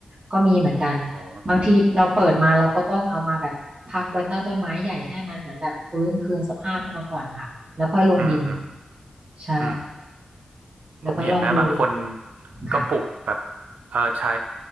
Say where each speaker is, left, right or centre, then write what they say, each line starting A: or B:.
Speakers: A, on the right; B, on the right.
A: ก็มีเหมือนกัน
B: อ๋อ
A: บางทีเราเปิดมาเราก็ต้องเอามาแบบพักไว้ใต้ต้นไม้ใหญ่ให้มันเหมือนแบบฟื้นคืนสภาพขึ้นมาก่อนค่ะแล้วค่อยลงดิน
B: อืมอืม
A: ใช่
B: อืม
A: แล้วก็ลองดู
B: ผมเห็นนะบางคน
A: ค่ะ
B: ก็ปลูกแบบเออใช้